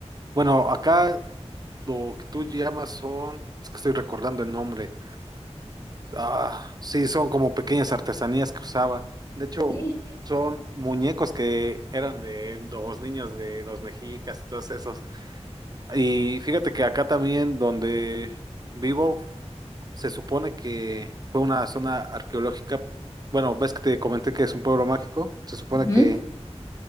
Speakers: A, on the right (about 35°); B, on the left (about 25°).
A: bueno, acá lo que tú llamas son, es que estoy recordando el nombre. Ah, sí, son como pequeñas artesanías que usaban. De hecho,
B: <laughs> Sí. sí.
A: son muñecos que eran de los niños de los mexicas y todos esos. Y fíjate que acá también donde vivo, se supone que fue una zona arqueológica. Bueno, ves que te comenté que es un pueblo mágico. Se supone
B: Ujú.
A: que,